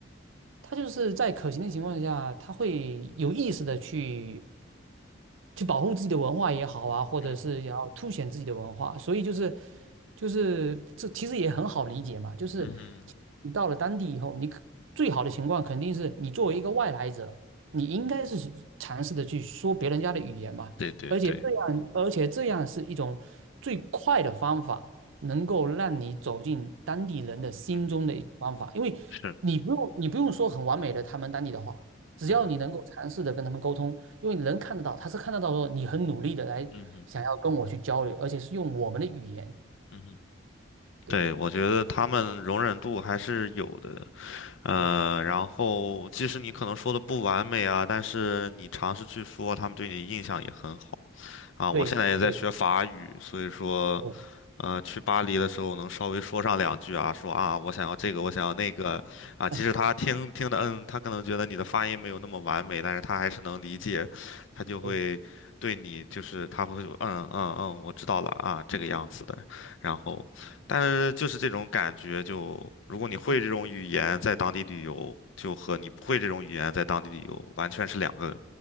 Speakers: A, on the right; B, on the left.
A: 他就是在可行的情况下，他会有意识的去。去保护自己的文化也好啊，或者是要凸显自己的文化，
B: 哼，嗯哼，
A: 所以就是就是这其实也很好理解嘛，就是
B: 嗯哼，
A: 你到了当地以后，你可最好的情况肯定是你作为一个外来者，你应该是去尝试的去说别人家的语言嘛，
B: 对对对，
A: 而且这样而且这样是一种最快的方法，能够让你走进当地人的心中的一种方法，
B: 嗯哼，
A: 因为你不用你不用说很完美的他们当地的话。
B: 是，
A: 只要你能够尝试的跟他们沟通，
B: 嗯哼，
A: 因为能看得到，他是看得到说你很努力的来想要跟我去交流，
B: 嗯哼，
A: 而且是用我们的语言。
B: 嗯哼。
A: 对
B: 对，我觉得他们容忍度还是有的，呃，
A: 对
B: 然后即使你可能说的不完美啊，但是你尝试去说，他们对你的印象也很好啊。我现在也在学法语，
A: 对对，
B: 所以说，
A: 嗯
B: 呃，去巴黎的时候能稍微说上两句啊，说啊，我想要这个，我想要那个，啊，即使他听听的，
A: 嗯
B: 嗯，他可能觉得你的发音没有那么完美，但是他还是能理解，他就会对你就是他会说嗯嗯嗯，
A: 对
B: 我知道了啊，这个样子的。然后，但是就是这种感觉就，如果你会这种语言在当地旅游，
A: 嗯
B: 就和你不会这种语言在当地旅游完全是两个